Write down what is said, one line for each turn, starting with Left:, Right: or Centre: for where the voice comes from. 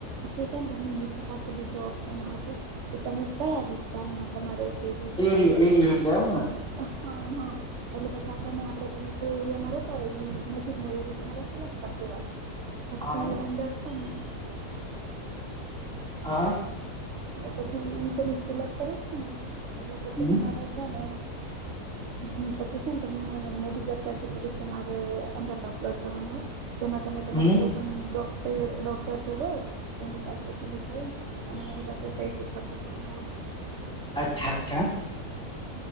Right: પછી છે ને તમને નીચે પાછો બીજો <unintelligible> આવશે કે તમે કયા વિસ્તારમાં તમારે જોઈ
Centre: એરિયો એરિયો એટલે એમ ને
Right: હા હા. એટલે પછી આપને આપણે તમે જે એરિયામાં રહેતા હોય એ નજીકનો એરિયા તમારે સિલેક્ટ કરી દેવાનું. પછી
Centre: હા
Right: અંદર છે ને
Centre: હા
Right: પછી ઈ તમે સિલેક્ટ કરી ને એટલે પછી
Centre: હમ
Right: તમારે ને હ પછી છે ને તમને મેડિકલ સર્ટિફિકેટ તમારે અંદર અપલોડ કરવાનું હોય જેમાં તમે તમારે
Centre: હમ
Right: કોઈ પણણ ડોક્ટર ડોક્ટર જે હોય એની પાસે તમે જઈ અને એની પાસે સહી સિક્કા કરાવવાનો હોય.
Centre: અચ્છા અચ્છા.